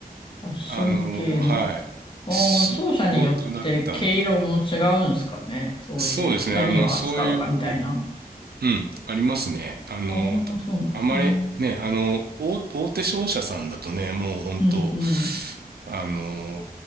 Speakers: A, on the left (about 30°); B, on the right (about 75°).
A: ファッション系の。
B: あの、はい、
A: ああ、
B: し仕事だったんで、
A: 商社によって毛色も違うんですかね。そういう、
B: そうですね。
A: 何を扱うかみたいな。
B: あの、そういう、うん、ありますね。あの、
A: ああ、
B: とあまりね、
A: そうなんですね。
B: あの、大、大手商社さんだとね、もう本当、
A: うんうん。
B: あの、